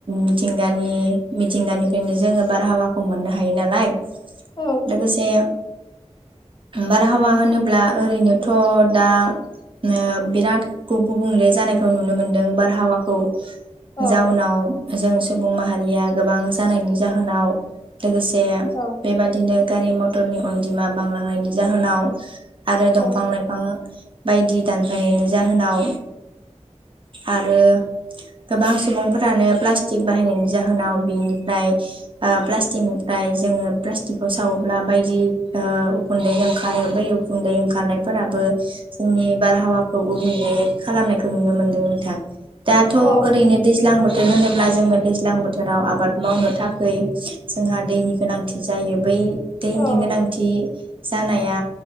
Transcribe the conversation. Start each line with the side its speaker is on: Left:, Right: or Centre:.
Right: मिथिंगानि मिथिंगानिफ्रायनो जोंङो बारहावाखौ मोननो हायो नालाय।
Left: औ
Right: लोगोसे बारहावा होनोब्ला ओरैनोथ दा नो बिराद गुबुंले जानायखौ नुनो मोनदों बारहावाखौ
Left: औ
Right: जाउनाव जों सुबुं माहारिया गोबां जानायनि जा होनाव लोगोसे
Left: औ
Right: बेबादिनो गारि मथ टरनि अनजिमा बांलांनायनि जाहोनाव आरो दंफां
Left: औ अ
Right: लाइफां बायदि दानफायनायनि जाहोनाव आरो गोबां सुबुंफोरानो प्लास्टिक बाहायनायनि जाहोनाव बिनिफ्राय ओ प्लास्टिकनिफ्राय जोङो प्लास्टिकखौ सावोब्ला बायदि उखुन्दै ओंखारो बै उखुन्दै ओंखारनायफोराबो जोंनि बारहावाखौ गुबुंले खालामनायखौ नुनो मोनदों नोंथां। दाथ'
Left: अ
Right: ओरैनो दैज्लां बोथ थोर होनोब्ला जोङो दैज्लां बोथोराव आबाद मावनो थाखोय जोंहा दैनि गोनांथि जायो बै दैनि
Left: औ
Right: गोनांथि जानाया